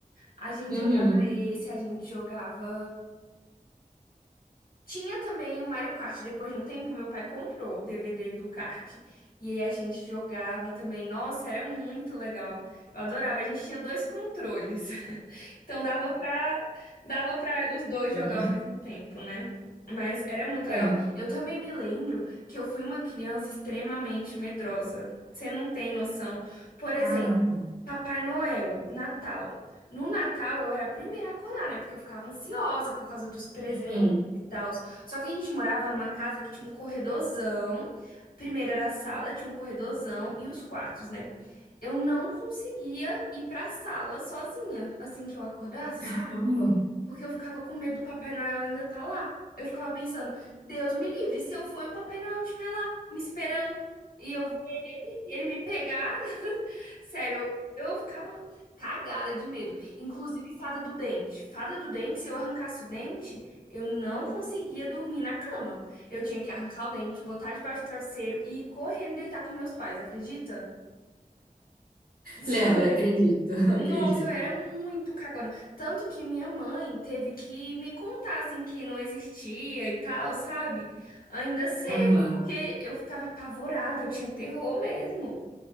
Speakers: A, on the left; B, on the right.
A: A gente
B: Uhum.
A: jogava esse, a gente jogava. Tinha também o Mario Kart. Depois de um tempo, meu pai comprou o DVD do kart. E aí a gente jogava também. Nossa, era muito legal. Eu adorava. A gente tinha dois controles. <laughs> Então dava pra, dava pra os dois jogar
B: Dobra.
A: ao mesmo tempo, né? Mas era muito
B: É.
A: legal. Eu também me lembro que eu fui uma criança extremamente medrosa. Você não tem noção. Por exemplo,
B: Caramba.
A: Papai Noel, Natal. No Natal eu era a primeira a acordar, né? Porque eu ficava ansiosa por causa dos presentes
B: Uhum.
A: e tal. Só que a gente morava numa casa que tinha um corredorzão. Primeiro era a sala, tinha um corredorzão e os quartos, né? Eu não conseguia ir pra sala sozinha assim que eu acordasse,
B: Caramba.
A: sabe? Porque eu ficava com medo do Papai Noel ainda tá lá. Eu ficava pensando, Deus me livre, se eu for e o Papai Noel estiver lá, me esperando. E eu ver ele ele me pegar Sério, eu, eu ficava cagada de medo. Inclusive, fada do dente. Fada do dente, se eu arrancasse o dente, eu não conseguia dormir na cama. Eu tinha que arrancar o dente, botar debaixo do travesseiro e ir correndo deitar com meus pais, acredita? <laughs>
B: Lembra, acredito, <laughs>
A: Nossa,
B: acredito.
A: eu era muito cagona. Tanto que minha mãe teve que me contar, assim, que não existia e tal, sabe? Ainda cedo,
B: Aham.
A: porque eu ficava apavorada, eu tinha terror mesmo.